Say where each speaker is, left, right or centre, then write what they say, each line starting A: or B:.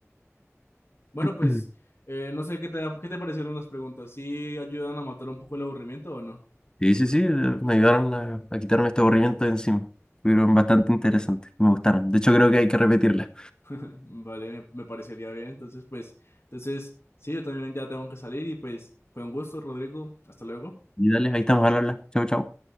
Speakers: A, on the left; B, on the left.
A: Bueno,
B: <clears throat>
A: pues eh, no sé qué te, qué te parecieron las preguntas, ¿sí ayudan a matar un poco el aburrimiento o no?
B: Y sí, sí, eh, me ayudaron a, a quitarme este aburrimiento de encima. Fueron bastante interesantes, me gustaron. De hecho creo que hay que repetirlas.
A: <laughs> Vale, me, me parecería bien. Entonces, pues, entonces, sí, yo también ya tengo que salir y pues fue un gusto, Rodrigo. Hasta luego.
B: Y dale, ahí estamos al habla. Chau, chau.